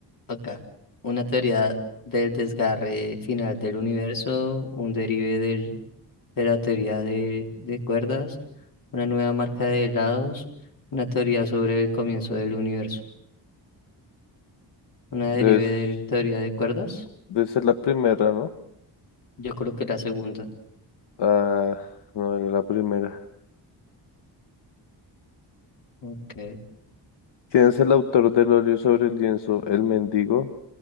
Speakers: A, on the left; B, on the left.
A: Acá, una teoría del desgarre final del universo, un derive del- de la teoría de, de cuerdas, una nueva marca de helados, una teoría sobre el comienzo del universo, una
B: Debes,
A: derive de teoría de cuerdas.
B: debe ser la primera, ¿no?
A: Yo coloqué la segunda.
B: Ah, no era la primera.
A: Ok.
B: ¿Quién es el autor del óleo sobre el lienzo? El mendigo.